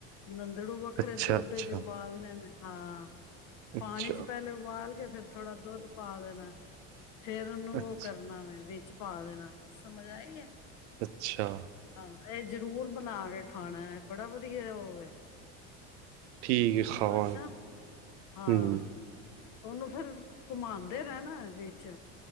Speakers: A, on the left (about 60°); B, on the right (about 85°).
A: ਨੰਦੜੂ ਵੱਖਰੇ
B: ਅੱਛਾ
A: ਦੋਦ
B: ਅੱਛਾ
A: ਏਚ ਉਬਾਲਨੇ ਨੇ ਹਾਂ
B: ਅੱਛਾ
A: ਪਾਣੀ ਚ ਪੈਲੇ ਉਬਾਲ ਕੇ ਫੇਰ ਥੋੜਾ ਦੋਧ ਪਾ ਦੇਣੈ ਫੇਰ ਓਨੂੰ
B: ਅੱਛਾ
A: ਓ ਕਰਨਾ ਵੇ ਵੇਚ ਪਾ ਦੇਨੈ, ਸਮਝ ਆਈ ਏ।
B: ਅੱਛਾ।
A: ਹਾਂ ਐ ਜਰੂਰ ਬਨਾ ਕੇ ਖਾਣਾ ਏ ਬੜਾ ਵਦੀਆ ਐ ਓ ਵੇ
B: ਠੀਕ ਹੈ ਖਾਵਾਂਗੇ
A: ਅੱਛਾ, ਹਾਂ।
B: ਹੂੰ
A: ਓਨੂੰ ਫੇਰ, ਕੁਮਾਨਦੇ ਰੈਨੈ ਵੇਚ